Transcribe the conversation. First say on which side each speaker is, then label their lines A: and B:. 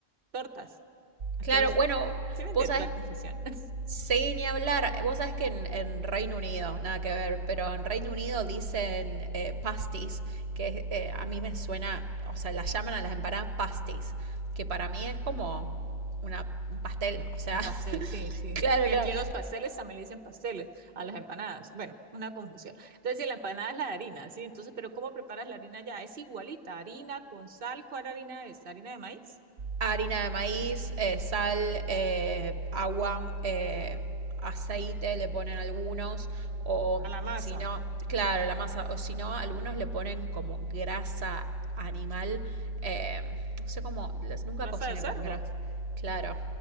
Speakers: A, on the right; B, on the right.
A: tortas. Aquí
B: Claro,
A: los,
B: bueno,
A: ¿sí me entiende
B: vos sabés,
A: la confusión? <laughs>
B: sí, ni hablar. Vos sabés que en, en Reino Unido, nada que ver, pero en Reino Unido dicen eh, pasties, que eh, a mí me suena, o sea, las llaman a las empanadas pasties, que para mí es como una, un pastel, o sea,
A: Un pastel,
B: <laughs>
A: sí, sí.
B: claro,
A: Y
B: claro.
A: aquí a los pasteles también le dicen pasteles, a las empanadas. Bueno, una confusión. Entonces, si la empanada es la harina, ¿sí? Entonces, pero ¿cómo preparas la harina ya? Es igualita, harina con sal, ¿cuál harina es? ¿Harina de maíz?
B: harina de maíz, eh, sal, eh, agua, eh, aceite, le ponen algunos, o
A: A la masa,
B: si no, claro, la masa, o si no, algunos le ponen como grasa animal, eh, no sé cómo, les- nunca
A: grasa
B: cociné
A: de cerdo.
B: con grasa, claro,